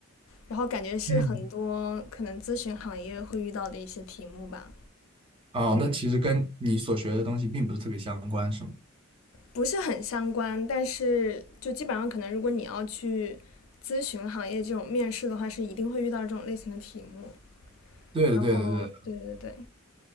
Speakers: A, on the left (about 75°); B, on the right (about 25°).
A: 然后感觉是很多可能咨询行业会遇到的一些题目吧，
B: 嗯，哦，那其实跟你所学的东西并不是特别相关，是吗？
A: 不是很相关，但是就基本上可能如果你要去咨询行业这种面试的话，是一定会遇到这种类型的题目。
B: 对的，
A: 然后，
B: 对的，对的
A: 对对对，